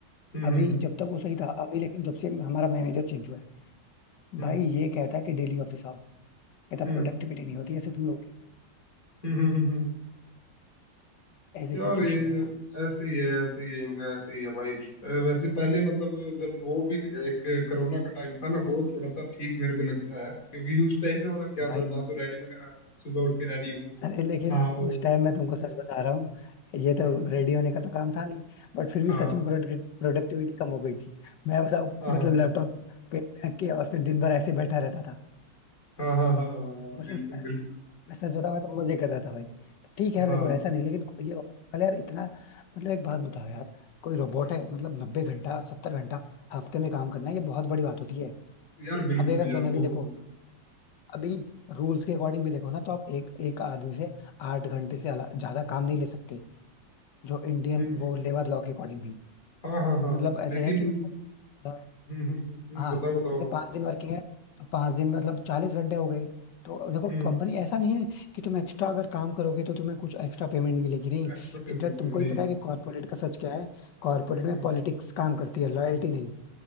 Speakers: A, on the left; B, on the left.
A: हम्म
B: अभी
A: हम्म
B: जब तक वो सही था अभी लेकिन जब से हमारा मैनेजर चेंज हुआ है
A: हम्म
B: भाई ये कहता है कि डेली ऑफिस आओ कहता
A: हम्म
B: प्रोडक्टिविटी
A: हम्म
B: नहीं होती ऐसे तुम लोग की
A: हम्म हम्म हम्म, हम्म, हम्म,
B: ऐसी
A: यार
B: सिचुएशन
A: ये
B: है
A: ऐसे ही है ऐसे ही है इनका ऐसे ही है भाई अ, वैसे पहले मतलब जब वो भी एक कोरोना का टाइम था ना वो थोड़ा सा ठीक मेरे को लगता है क्योंकि उस टाइम पे मतलब क्या
B: यार
A: था ना तो रेडी वगैरह सुबह उठ के रेडी हो
B: अरे लेकिन
A: नहाओ
B: उस टाइम मैं तुमको सच बता रहा हूँ ये
A: हम्म
B: तो रेडी होने का तो काम था नहीं बट फिर भी
A: हाँ
B: सच में प्रोडक्टिविटी कम हो गई थी मैं बताऊँ
A: हाँ हाँ
B: मतलब लैपटॉप पेट पे रख के और फिर दिन भर ऐसे बैठा रहता था
A: हाँ हाँ हाँ हाँ हाँ हाँ,
B: मतलब
A: बिल्कुल बिल्कुल
B: मैं सच बताऊँ मैं तो मजे करता था भाई तो ठीक है यार
A: हाँ
B: देखो ऐसा नहीं लेकिन कोई ये पहले यार इतना मतलब एक बात बताओ यार कोई रोबोट
A: हम्म,
B: है मतलब नब्बे घंटा सत्तर घंटा हफ्ते में काम करना है ये बहुत बड़ी बात होती है
A: यार बिल्कुल
B: अभी अगर
A: यार
B: जनरली
A: बहुत
B: देखो
A: हम्म,
B: अभी रूल्स के अकॉर्डिंग भी देखो ना तो आप एक एक आदमी से आठ घंटे से अला- ज्यादा काम नहीं ले सकते जो इंडियन
A: हम्म,
B: वो लेबर लॉ के अकॉर्डिंग भी
A: हाँ हाँ हाँ
B: मतलब ऐसे
A: लेकिन
B: है कि मतलब अ,
A: हम्म हम्म हम्म हम्म,
B: हाँ
A: बताओ बताओ
B: जैसे
A: आप बताओ
B: पांच दिन वर्किंग है तो पांच दिन में मतलब चालीस घंटे हो गए तो अब देखो
A: हम्म
B: कंपनी ऐसा नहीं है कि तुम एक्स्ट्रा अगर काम करोगे तो तुम्हें कुछ एक्स्ट्रा पेमेंट मिलेगी नहीं
A: एक्स्ट्रा पेमेंट
B: इधर
A: मिलेगी
B: तुमको ही
A: नहीं
B: पता है कि कॉर्पोरेट का सच क्या है कॉर्पोरेट में
A: हम्म
B: पॉलिटिक्स काम करती है लॉयल्टी नहीं